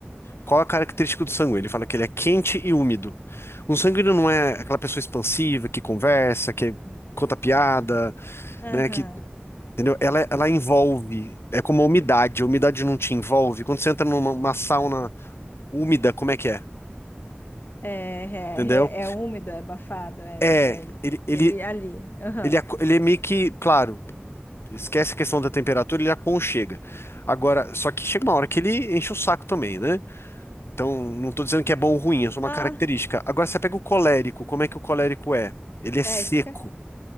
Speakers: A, on the left (about 80°); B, on the left (about 55°).
A: Qual a característica do sangue? Ele fala que ele é quente e úmido. Um sanguíneo não é aquela pessoa expansiva que conversa, que conta piada,
B: Aham.
A: né? Que, entendeu? Ela, ela envolve. É como a umidade. A umidade não te envolve. Quando você entra numa numa sauna úmida, como é que é?
B: É, é,
A: Entendeu?
B: é, é úmido, é abafado, é,
A: É, ele, ele,
B: é, é ali. Aham.
A: ele, aco- ele é meio que, claro, esquece a questão da temperatura, ele aconchega. Agora, só que chega uma hora que ele enche o saco também, né? Então, não estou dizendo que é bom ou ruim, é só uma
B: Ah,
A: característica. Agora, você pega o colérico, como é que o colérico é? Ele é
B: é
A: seco.
B: isso que eu quero,